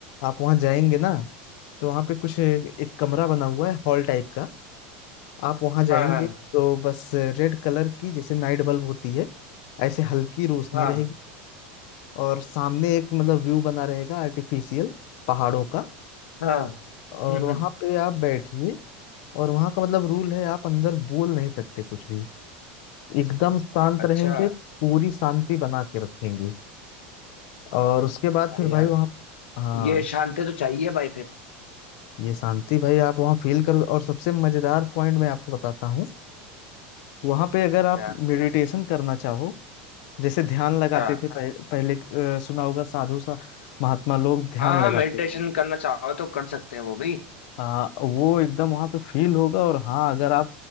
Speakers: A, on the left (about 65°); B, on the left (about 80°).
A: आप वहां जाएंगे ना तो वहां पे कुछ एक कमरा बना हुआ है हॉल टाइप का आप वहां जाएंगे
B: हाँ हाँ
A: तो बस रेड कलर की जैसे नाइट बल्ब होती है ऐसे हल्की रोशनी
B: हाँ
A: रहेगी और सामने एक मतलब व्यू बना रहेगा आर्टिफिशियल पहाड़ों का
B: हाँ हम्म
A: और वहां
B: हम्म।
A: पे आप बैठिए और वहां का मतलब रूल है आप अंदर बोल नहीं सकते कुछ भी एकदम शांत
B: अच्छा
A: रहेंगे पूरी शांति बना के रखेंगे और उसके बाद
B: भाई
A: फिर भाई
B: यार
A: वहाँ हाँ
B: ये शांति तो चाहिए भाई फिर
A: ये शांति भाई आप वहाँ फील करो और सबसे मजेदार पॉइंट मैं आपको बताता हूँ वहाँ पे अगर आप
B: क्या
A: मेडिटेशन करना चाहो जैसे ध्यान लगाते
B: हाँ
A: थे पह, पहले अ, सुना होगा साधु सा महात्मा लोग ध्यान
B: हाँ हाँ
A: लगाते
B: मेडिटेशन
A: थे
B: करना चाहो तो कर सकते हैं वो भी
A: आ, वो एकदम वहां पे फील होगा और हाँ अगर आप